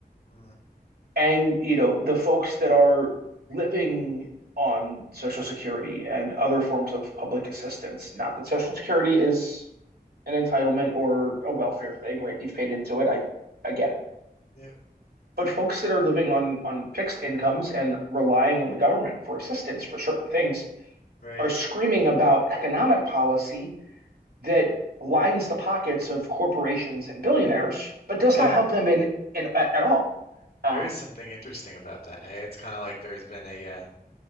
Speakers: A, on the left; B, on the right.
A: mm.
B: And, you know, the folks that are living on Social Security and other forms of public assistance. Not that Social Security is an entitlement or a welfare
A: <laughs>
B: thing, right? You've paid into it. I, I get it.
A: Yeah,
B: But folks that are living on on fixed incomes and relying on the government for assistance for certain things,
A: right.
B: are screaming about economic policy that lines the pockets of corporations and billionaires, but does
A: <laughs>
B: not
A: Yeah.
B: help them in, in at, at all. Um,
A: There is something interesting about that. Hey, it's kind of like there's been a, uh,